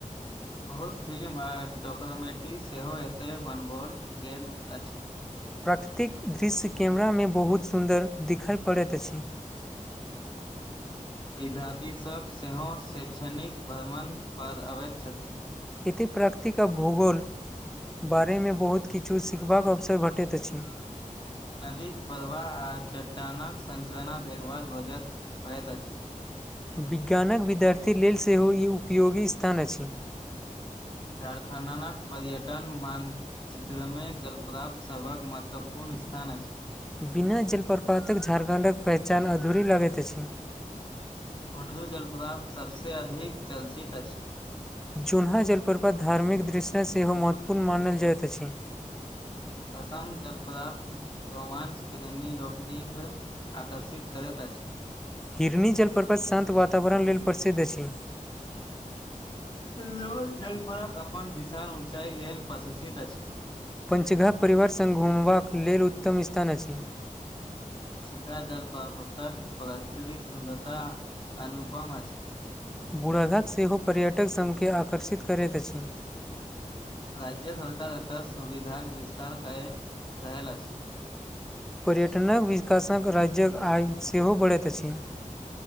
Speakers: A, on the left (about 35°); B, in the centre.
A: बहुत फिल्म आ डॉक्यूमेंट्री सेहो एतय बनाओल गेल अछि।
B: प्राकृतिक दृश्य कैमरामे बहुत सुन्दर देखिय पड़ैत अछि। <inaudible>
A: विद्यार्थीसभ सेहो शैक्षणिक भ्रमण पर अबैत छथिन
B: य प्रकृिक भूगोल बारेमे बहुत किछु सिखबाक अवसर भेटैत अछि।
A: नदीक पवाह आ चट्टानक संचरना देखभाल ब होइत अछि।
B: विज्ञानक विद्यार्थी लेल सेहो ई उपयोगी स्थान अछि।
A: झारखण्डक पर्यटन मानचित्रमे जलप्राप्त सभक महत्वपूर्ण स्थान छै।
B: बिना जलप्रपातक झारखण्डक पहचान अधूरी लगैत अछि।
A: हुणडू जलप्र्त सबस अधिक चलचित अछि।
B: जोन्हा जलप्रपात धार्मिक दृष््य सेहो महत्वपूर्ण मानल जाइत अछि।
A: दशम जलप्राप्त रोमांच प्रेमी लोकनिक आकर्षित करैत <unintelligible>
B: हिरनी जलप्रपत शान्त वातावरण लेल प्रसिद्ध अछि
A: हेलो जल पर अपन विशाल ऊचाई लेल प्रशसित अछि
B: पञ्चघा परिवार सङ्ग घुमबाक लेल उत्तम स्थान अछि
A: सीता जलपक प्राकृतिक सुन्दरता अनुपम अछि
B: बुराघाक सेहो पर्यटक सनके आकर्षित करैत अछि
A: राज्य सरकार एतऽ सुविधाक विस्तार करै रहल अछि
B: पर्यटनक विकासक राज्यक आय सेहो बढ़ैत अछि